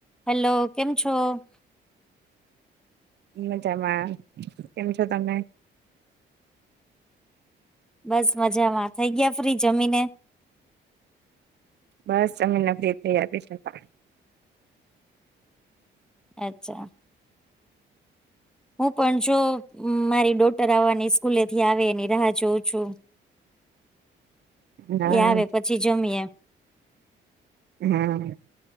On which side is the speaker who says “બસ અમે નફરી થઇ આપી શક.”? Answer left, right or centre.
Right